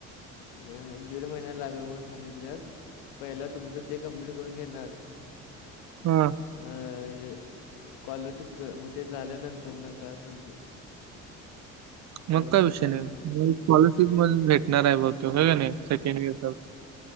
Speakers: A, on the left (about 80°); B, on the right (about 45°).
A: अह दीड महिना लागल म्हणून सांगितल्यात पहिला तुमचं ते कंप्लीट करून घेणार
B: हा.
A: अह हे स्कॉलरशिपच म्हणजे ते झाल्यानंतर ना काय असेल ते तोवर
B: मग काय
A: का
B: विषय नाही
A: म्हणले
B: मंग कॉलेज <unintelligible> भेटणार आहे बघ तो का नाही सेकंड इयरचा